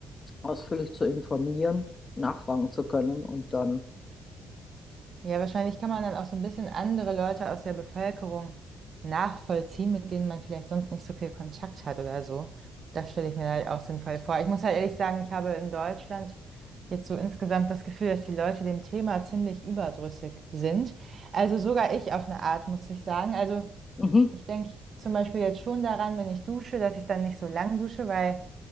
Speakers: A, on the left (about 30°); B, on the right (about 50°).
A: ausführlich zu informieren, nachfragen zu können und dann,
B: Ja, wahrscheinlich kann man dann auch so ein bisschen andere Leute aus der Bevölkerung nachvollziehen, mit denen man vielleicht sonst nicht so viel Kontakt hat oder so. Das stelle ich mir halt auch sinnvoll vor. Ich muss halt ehrlich sagen, ich habe in Deutschland jetzt so insgesamt das Gefühl, dass die Leute dem Thema ziemlich überdrüssig sind. Also sogar ich auf eine Art, muss ich sagen. Also
A: mhm,
B: ich denke zum Beispiel jetzt schon daran, wenn ich dusche, dass ich dann nicht so lang dusche, weil